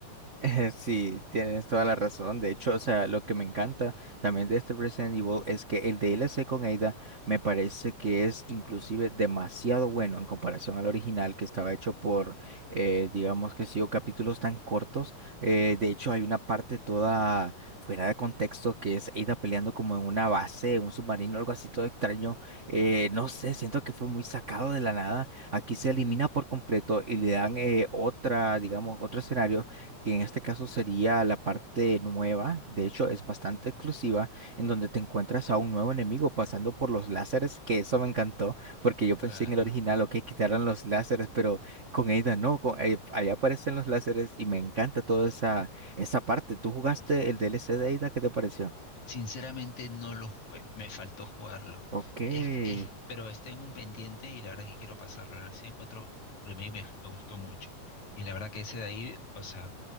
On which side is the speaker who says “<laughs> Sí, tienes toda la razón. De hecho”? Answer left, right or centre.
Right